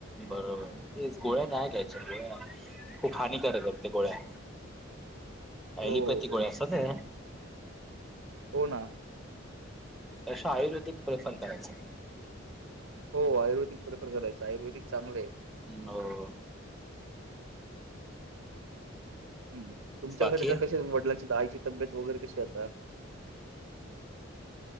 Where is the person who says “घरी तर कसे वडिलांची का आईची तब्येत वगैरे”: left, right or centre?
Right